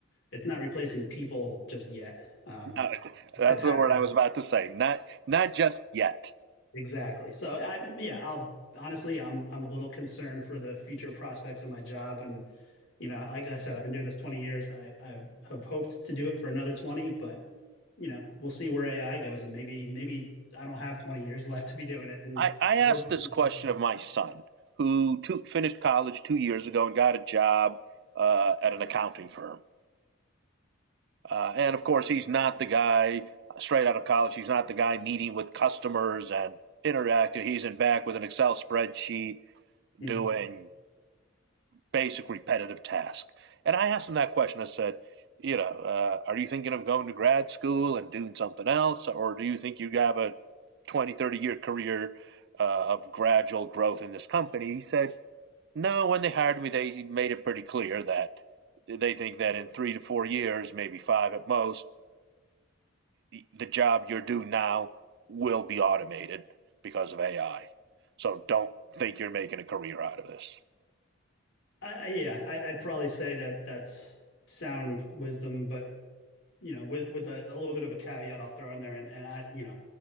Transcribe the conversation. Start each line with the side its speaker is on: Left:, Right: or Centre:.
Left: it's not replacing people just yet. Um,
Right: Uh, <laughs>
Left: it
Right: that's
Left: could happen
Right: the word I was about to say. Not not just yet.
Left: exactly. So I yeah, I'll honestly, I'm I'm a little concerned for the future prospects of my job and you know, like I said, I've been doing this 20 years. I, I have hoped to do it for another 20, but you know, we'll see where AI goes and maybe maybe I don't have 20 years <laughs> left to be doing it and
Right: I, I asked
Left: robots
Right: this
Left: can
Right: question
Left: take over.
Right: of my son, who two, finished college two years ago and got a job uh, at an accounting firm Uh, and of course, he's not the guy uh, straight out of college. He's not the guy meeting with customers and interacting. He's in back with an Excel spreadsheet
Left: Mhm.
Right: doing basic repetitive tasks. And I asked him that question. I said, you know, uh, are you thinking of going to grad school and doing something else? Or do you think you have a twenty, thirty year career uh, of gradual growth in this company? He said, no, when they hired me, they made it pretty clear that they think that in three to four years, maybe five at most, the job you're doing now will be automated because of AI. So don't think you're making a career out of this.
Left: I- yeah, I, I'd probably say that that's sound wisdom, but you know, with with a, a little bit of a caveat I'll throw in there, and and I, you know,